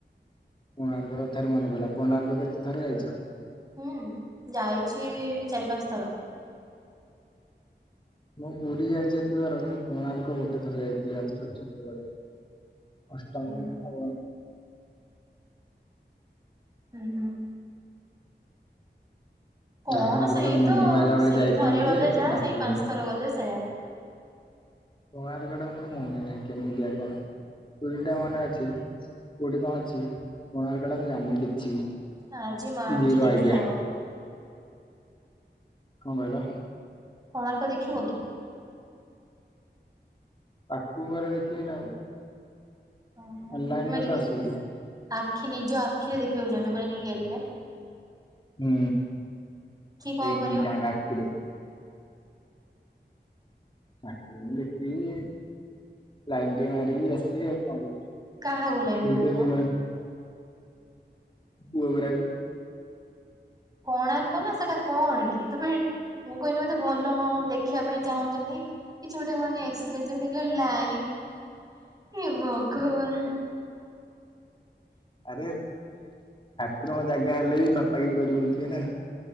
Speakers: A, on the left; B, on the right.
A: କୋଣାର୍କ କଥାରୁ ମନେ ପଇଲା କୋଣାର୍କ କେତେ ଥର ଯାଇଛ?
B: ହଁ ଯାଇଛି ଚାରି ପାଁସ ଥର।
A: ମୁଁ ପୁରୀ ଯାଇଚି ଏତେ ଥର ମୁଁ କୋଣାର୍କ ଗୋଟେ ଥର ଯାଇଥିଲି ଆ ଛୁଟ ଛୁଟବେଳେ। ଅଷ୍ଟମ
B: ହୁଁ
A: କି ନବମ ରେ।
B: ହଁ ଭଲ। କ'ଣ
A: ଧର୍ମପଦ
B: ସେଇତ
A: ମୁଣ୍ଡି
B: ଆଉ।
A: ମାଇଲା ବେଳେ
B: ସେଇ
A: ଯାଇଥାନ୍ତି
B: ଥରେ ଗଲେ
A: ଯେ
B: ଯାହା,
A: ଡାକିଲେନି।
B: ସେଇ ପାଞ୍ଚ୍ ଥର ଗଲେ ସେୟା।
A: କୋଣାର୍କ ଟା ମୋର ମନେ ନାହିଁ, କେମିତିଆ କ'ଣ? ପୁରୀ ଟା ମନେ ଅଛି। କଉଠି କ'ଣ ଅଛି, କୋଣାର୍କ ଟା ମୁଁ ଜାଣ୍ନି କିଛିି ବି।
B: ଆଜି ମାଆ ଆଣୁଚି
A: ଜିରୋ
B: ଦେଖିଦବ।
A: ଆଇଡିଆ କ'ଣ କଇଲ?
B: କଣାର୍କ ଦେଖିବ କି?
A: ପାଖ୍କୁ ଗଲେ ଦେଖିବି ନା ଆଉ।
B: ଓହୋ।
A: ଅଲ୍ ଲାଇନ୍‌ରେ
B: ତମେ ରି
A: ତ ଆସୁଜି।
B: ଆଖି, ନିଜ ଆଖିରେ ଦେଖିବାକୁ ଚାଁହୁଚ? ପୂରା ରିଏଲ୍ ରେ
A: ହୁଁ!
B: କଣ
A: ଏଇ
B: କରିବ?
A: ଦିଟା ଙ୍କ ଆଖିରେ। ଠାକୁରଙ୍କୁ ଦେଖିବି, ଲାଇନ୍‌ ଟିକେ ମାରିବି ଆସିବି। ଆଉ କରିବି?
B: କାହାକୁ ଲାଇନ୍‌
A: କେହି
B: ମାରିବ?
A: ତ ଯିବନି ପୁଅ ଗୁରାକୁ।
B: କଣାର୍କ ନା ସେଟା କ'ଣ କି? ତମେ ମୁଁ କହିଲି ବଧେ ଭଲ ହଁ! ଦେ ଦେଖିବା ପାଇଁ ଚାହୁଁଚନ୍ତି, କିଛି ଗୋଟେ ମାନେ ଏକ୍ସପିରେନ୍ସ ଦେଖି--ଲାଇ ଏ ଭଗବାନ୍‌!
A: ଆରେ ଠାକୁରଙ୍କ ଜାଗା ହେଲେ, ବି ପାପାକି ପରୀ ବୁଲ୍‌ଥିବେ ନା।